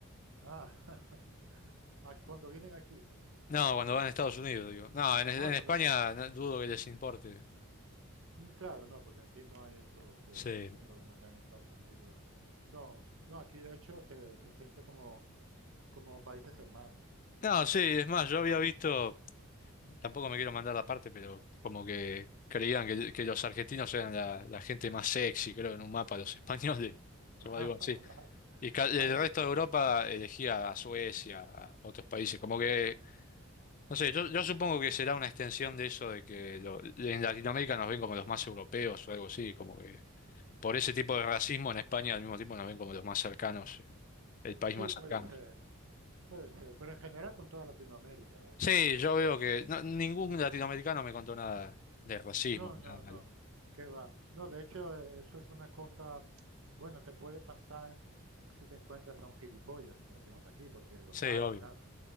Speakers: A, on the right; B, on the left.
A: ah, <laughs> ah, cuando vienen aquí.
B: No, cuando van a Estados Unidos, digo. No, en, en
A: Ah, cuando,
B: España no- dudo que les importe.
A: Mm, Claro, no, porque aquí no hay eso que
B: Sí.
A: ese problema que hay en Estados Unidos. No, no, aquí de hecho se, se siente como, como países hermanos,
B: No,
A: como
B: sí, es más, yo había visto, tampoco me quiero mandar la parte, pero como que creían que, que los argentinos eran la, la gente más sexy, creo, en un mapa, los españoles, <laughs>
A: <laughs>
B: o algo así.
A: Ah, vaya,
B: Y ca- el
A: vaya.
B: resto de Europa elegía a Suecia, a otros países, como que, no sé, yo, yo supongo que será una extensión de eso de que lo- en Latinoamérica nos ven como los más europeos o algo así, como que... por ese tipo de racismo en España al mismo tiempo nos ven como los más cercanos, el el país
A: Sí,
B: más
A: puede
B: cercano.
A: ser, puede ser, pero en general con toda Latinoamérica, eso,
B: Sí, yo veo que no- ningún latinoamericano me contó nada de racismo
A: no,
B: ni
A: no,
B: nada malo.
A: no, qué va. No, de hecho eh, eso es una cosa, bueno, te puede pasar si te encuentras a un gilipollas, como decimos aquí, porque los
B: Sí,
A: hay,
B: obvio.
A: claro.